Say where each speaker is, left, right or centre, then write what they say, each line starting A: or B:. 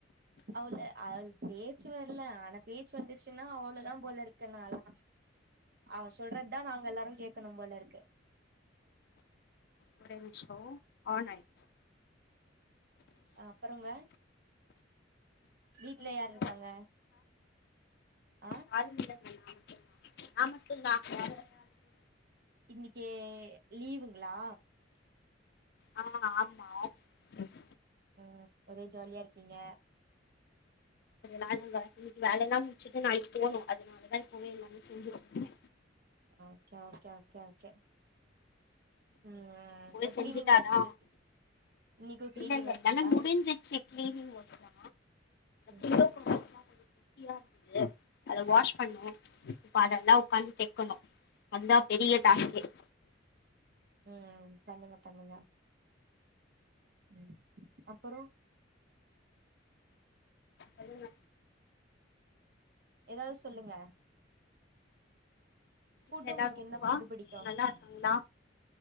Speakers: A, on the right; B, on the left.
A: அவள அது பேச்சு வரல ஆனா பேச்சு வந்துச்சின்னா அவ்ளதா போல இருக்கு நாலா அவ சொல்றது தா நாங்க எல்லாரு கேட்கணு போல இருக்கு
B: ஒரே நிம்ஷோ ஆன் ஆய்ர்ச்சி
A: அப்புறங்க வீட்ல யார்
B: வேலை வேலை
A: இருக்காங்க ஆ
B: யாரு இல்லங்க நாமட்டுந்தா நா மட்டுந்தா வேற யாரு இல்ல
A: இன்னைக்கு லீவுங்ளா
B: ஆ ஆமா <inaudible>
A: அ ஒரே ஜாலியா இருக்கிங்க
B: அது நானிங்க இன்னைக்கு வேலைலா முடிச்சுட்டு நாளைக் போணு அதனாலதா இப்பவே எல்லாமே செஞ்சு முடிச்ட்ட
A: ஓகே ஓகே ஓகே ஓகே ம்
B: போய் செஞ்சுட்டாதா
A: கிளீனிங் ஒர்க் இன்னைக்கு இன்னைக்கு கிளீனிங்
B: இல்லல்ல
A: ஒர்க்குங்களா
B: எலாமே முடிஞ்சுச்சு கிளீனிங் ஒர்க்லா
A: ம்
B: <inaudible> குட்டியா இருந்துது அத வாஷ் பண்ண இப்ப அதெலா உக்காந்து தெக்கணு அதா பெரிய டாஸ்க்கே
A: ம் பண்ணுங்க பண்ணுங்க ம் அப்பற
B: சொல்லுங்க
A: எதாது சொல்லுங்க ஃபுட்
B: வீட்ல
A: உங்ளுக்கு
B: எல்லாரும்
A: என்ன
B: ஓகேவா
A: ஃபுட் பிடிக்கு
B: நல்லா இருக்காங்களா